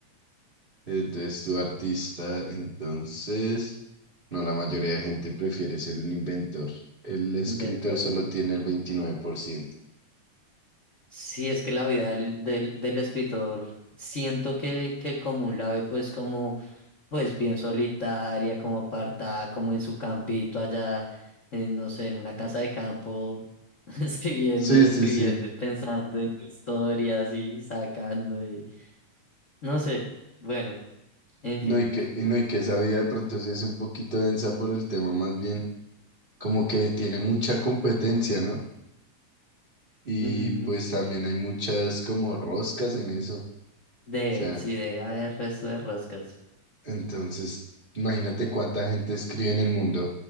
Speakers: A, on the right; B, on the left.
A: Entonces, tu artista, entonces, no, la mayoría de gente prefiere ser un inventor. El escritor
B: Inventores.
A: solo tiene el veintinueve por ciento
B: Sí, es que la vida del, del, del escritor, siento que, que el común la ve pues como... pues bien solitaria, como apartada, como en su campito allá, en, no sé, en una casa de campo, <laughs> escribiendo
A: Sí,
B: y escribiendo
A: sí, sí.
B: y pensando en historias y sacando y no sé, bueno, en
A: No,
B: fin.
A: y que, y no, y que esa vida de pronto sí es un poquito densa por el tema, más bien como que tiene mucha competencia, ¿no? Y
B: Mm,
A: pues también hay muchas como roscas en eso. O
B: debe,
A: sea,
B: sí, debe haber resto de roscas.
A: entonces imagínate cuánta gente escribe en el mundo,